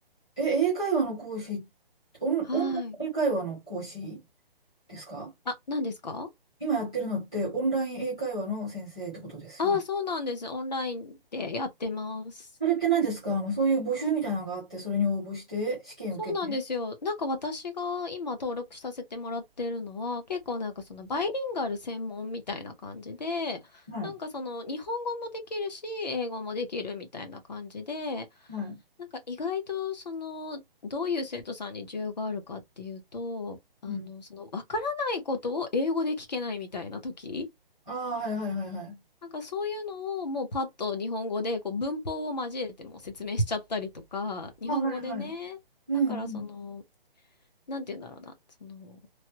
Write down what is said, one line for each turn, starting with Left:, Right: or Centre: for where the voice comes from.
Centre: え英会話の講師、オン、
Left: はい。
Centre: オンライン英会話の講師ですか
Left: あ、何ですか
Centre: 今やってるのってオンライン英会話の先生ってことですよね。
Left: ああー、そうなんです。オンラインでやってます。
Centre: それって何ですかあの、そういう募集みたいなのがあって、それに応募して試験受けて。
Left: そうなんですよ。なんか私が今登録させてもらってるのは、結構なんかそのバイリンガル専門みたいな感じで、
Centre: はい。
Left: なんかその日本語もできるし、英語もできるみたいな感じで、
Centre: はい。
Left: なんか意外とその、どういう生徒さんに需要があるかっていうと、あの、
Centre: うん。
Left: そのわからないことを英語で聞けないみたいな時、
Centre: ああ、はいはいはいはい。
Left: なんかそういうのをもうパッと日本語でこう文法を交えても説明しちゃったりとか、日本語でね、
Centre: あ、はいはい。うんうん。
Left: だからその、なんて言うんだろうな、その、